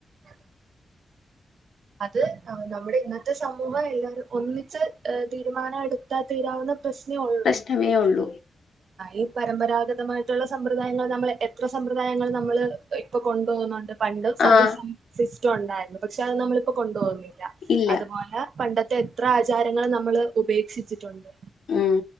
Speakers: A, on the right; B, on the left.
A: അതെ അത് നമ്മുടെ ഇന്നത്തെ സമൂഹം എല്ലാവരും ഒന്നിച്ച് തീരുമാനം എടുത്താ തീരാവുന്ന പ്രശ്നേഒള്ളൂ
B: തന്നെ ഉള്ളൂ
A: ഈ പരമ്പരാഗതമായിട്ടുള്ള സമ്പ്രദായങ്ങൾ നമ്മള് എത്ര സമ്പ്രദായങ്ങള് നമ്മള് ഇപ്പൊ കൊണ്ടുപോകുന്നുണ്ട് പണ്ടും സതിസിസ്റ്റം
B: ആഹ്
A: ഒണ്ടായിരുന്നു പക്ഷെ അത് നമ്മളിപ്പൊകൊണ്ടു പോകുന്ന
B: ഇല്ല
A: അതുപോലെ പണ്ടത്തെ എത്ര ആചാരങ്ങും നമ്മള് ഉപേക്ഷിച്ചിട്ടുണ്ട്.
B: ഉം